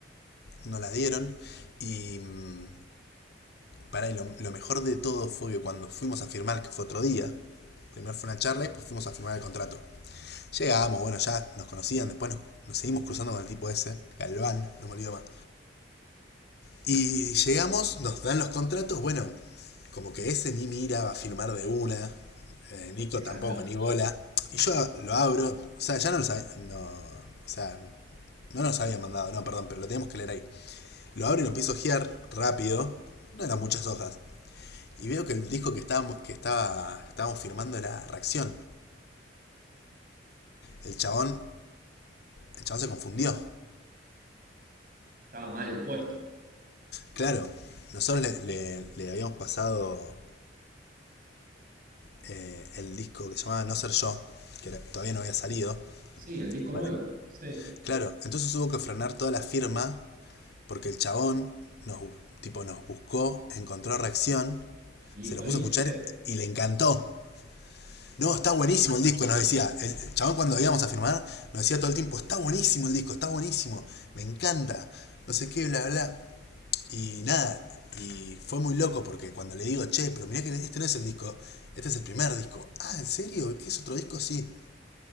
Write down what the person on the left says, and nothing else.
no la dieron. Y mm, para lo, lo mejor de todo fue que cuando fuimos a firmar, que fue otro día, primero fue una charla y después fuimos a firmar el contrato. Llegamos, bueno, ya nos conocían, después nos, nos seguimos cruzando con el tipo ese, Galván, no me olvido más. Y llegamos, nos dan los contratos, bueno, como que ese ni mira, va a firmar de una, eh, Nico
tampoco, ni bola. Y yo lo abro, o sea, ya no lo sabía, no, o sea, no nos habían mandado, no, perdón, pero lo teníamos que leer ahí. Lo abro y lo empiezo a ojear rápido. No eran muchas hojas. Y veo que el disco que estábamos, que estaba, estábamos firmando era Reacción. El chabón, el chabón se confundió.
Claro, nosotros le, le- le habíamos pasado eh, el disco que se llamaba No Ser Yo, que era- todavía no había salido.
para-
Claro, entonces hubo que frenar toda la firma porque el chabón nos, tipo, nos buscó, encontró Reacción,
se lo
puso a escuchar
y le encantó. No, está buenísimo el disco, nos decía. El chabón cuando íbamos a firmar, nos decía todo el tiempo, está buenísimo el disco, está buenísimo, me encanta, no sé qué, bla, bla. Y nada, y fue muy loco porque cuando le digo, che, pero mirá que este no es el disco, este es el primer disco. Ah, ¿en serio? ¿Qué es otro disco? Sí.